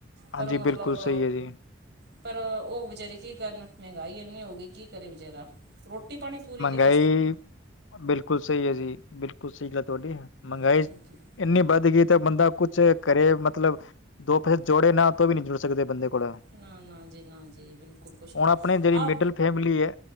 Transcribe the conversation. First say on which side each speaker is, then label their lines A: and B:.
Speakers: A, on the right; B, on the left.
A: ਪਰ
B: ਹਾਂਜੀ
A: ਮਤਲਬ
B: ਬਿਲਕੁਲ ਸਹੀ ਹੈ ਜੀ
A: ਪਰ ਓ ਵਿਚਾਰੇ ਕੀ ਕਰਨ ਮਹਿੰਗਾਈ ਐੰਨੀ ਹੋ ਗਈ ਕੀ ਕਰੇ ਵਿਚਾਰਾ ਰੋਟੀ-ਪਾਣੀ ਪੂਰੀ ਨੀ
B: ਮਹਿੰਗਾਈ ਬਿਲਕੁਲ ਸਹੀ ਐ ਜੀ ਬਿਲਕੁਲ ਸਹੀ ਗੱਲ ਤੁਹਾਡੀ ਮਹਿੰਗਾਈ
A: ਹਾਂਜੀ
B: ਇੰਨੀ ਵੱਧ ਗਈ ਤਾਂ ਬੰਦਾ ਕੁਛ ਕਰੇ ਮਤਲਬ ਦੋ ਪੈਸੇ ਜੋੜੇ ਨਾ ਤੋਂ ਵੀ ਨਹੀਂ ਜੋੜ ਸਕਦੇ ਬੰਦੇ ਹੁਣ
A: ਨਾ ਨਾ ਜੀ ਨਾ ਜੀ ਬਿਲਕੁਲ ਕੁਛ ਨਹੀਂ
B: ਹੁਣ ਆਪਣੀ ਜਿਹੜੀ
A: ਆ
B: ਮਿਡਲ ਫੈਮਿਲੀ ਐ